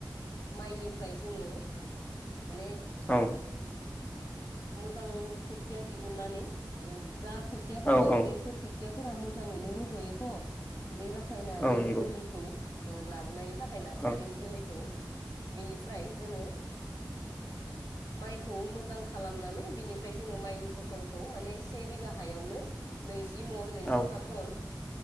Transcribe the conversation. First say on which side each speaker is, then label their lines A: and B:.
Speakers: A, on the left; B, on the left.
A: माइनिफ्राय जोङो माने
B: औ
A: मोजां खोथिया दिहुननानै जा खोथिया फोबाय
B: औ औ
A: बेफोर खोथिया फोरा मोजाङैनो रजयोथ बे रासायनारि
B: औ नंगौ
A: जोलैखौ अ लाबोनाय थाखाय नार्सारिनि
B: औ
A: जोलैखौ बिनिफ्राय जोङो माइखौ मोजां खा खालामनानै बेनिफ्राय जोंङो माइनि फसलखौ माने से बिघा हायावनो नै जि मन नैजिथाम
B: औ
A: मन